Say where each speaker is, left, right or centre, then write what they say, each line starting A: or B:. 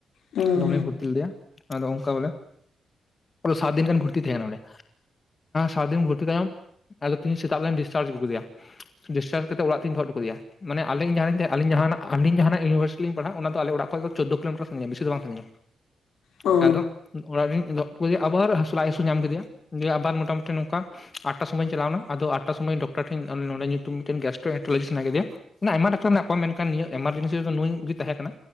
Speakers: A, on the left; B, on the left.
A: ᱦᱩᱸ
B: ᱟᱫᱚ ᱚᱱᱮᱧ ᱵᱷᱚᱨᱛᱤ ᱞᱮᱫᱮᱭᱟ ᱟᱫᱚ ᱚᱱᱠᱟ ᱵᱚᱞᱮ ᱯᱩᱨᱟᱹ ᱥᱟᱛ ᱫᱤᱱ ᱜᱟᱱ ᱵᱷᱚᱨᱛᱤ ᱛᱟᱦᱮᱸᱱ ᱠᱟᱱᱟ ᱚᱸᱰᱮ ᱥᱟᱛ ᱫᱤᱱ ᱵᱷᱚᱨᱛᱤ ᱛᱟᱭᱚᱢ ᱟᱫᱚ ᱛᱤᱦᱤᱧ ᱥᱮᱛᱟᱜ ᱞᱮᱱ ᱟᱹᱜᱩ ᱠᱮᱫᱮᱭᱟ ᱰᱤᱥᱪᱟᱨ ᱠᱟᱛᱮᱜ ᱚᱲᱟᱜ ᱛᱮᱧ ᱫᱚᱦᱚ ᱦᱚᱴᱚ ᱠᱟᱫᱮᱭᱟ ᱟᱞᱤᱧ ᱡᱟᱦᱟᱸ ᱞᱤᱧ ᱛᱟᱦᱮᱱᱟ ᱢᱟᱱᱮ ᱟᱹᱞᱤᱧ ᱡᱟᱦᱟᱱᱟᱜ ᱤᱩᱭᱤᱱᱤᱵᱷᱟᱨᱥᱤᱴᱤ ᱞᱤᱧ ᱯᱟᱲᱦᱟᱜ ᱚᱱᱟ ᱟᱞᱮ ᱚᱲᱟᱜ ᱠᱷᱚᱱᱟᱜ ᱫᱚ ᱪᱳᱫᱽᱫᱳ ᱠᱤᱞᱳᱢᱤᱴᱟᱨ ᱥᱟᱺᱜᱤᱧᱟ ᱵᱮᱥᱤ ᱫᱚ ᱵᱟᱝ ᱥᱟᱺᱜᱤᱧᱟ
A: ᱦᱩᱸ ᱚ
B: ᱟᱫᱚ ᱚᱲᱟᱜ ᱨᱮᱱ ᱩᱱᱤ ᱟᱵᱟᱨ ᱦᱟᱹᱥᱩ ᱞᱟᱡ ᱦᱟᱹᱥᱩ ᱧᱟᱢ ᱠᱮᱫᱮᱭᱟ ᱫᱤᱭᱮ ᱟᱵᱟᱨ ᱢᱚᱴᱟᱢᱩᱴᱤ ᱱᱚᱝᱠᱟ ᱟᱴᱴᱟ ᱥᱚᱢᱚᱭ ᱤᱧ ᱪᱟᱞᱟᱣᱱᱟ ᱟᱫᱚ ᱟᱴᱴᱟ ᱟᱴᱴᱟ ᱥᱚᱢᱚᱭ ᱰᱚᱠᱴᱟᱨ ᱴᱷᱮᱱ ᱱᱚᱰᱮ ᱧᱩᱛᱩᱢ ᱢᱤᱫᱴᱮᱱ <unintelligible> ᱥᱟᱱᱟ ᱠᱮᱫᱮᱭᱟ ᱢᱟᱱᱮ ᱟᱭᱢᱟ ᱰᱟᱠᱛᱟᱨ ᱢᱮᱱᱟᱜ ᱠᱚ ᱢᱮᱱᱠᱷᱟᱱ ᱱᱤᱭᱟᱹ ᱮᱢᱟᱨᱡᱮᱱᱥᱤ ᱨᱮᱫᱚ ᱱᱩᱭ ᱛᱟᱦᱮᱸ ᱠᱟᱱᱟ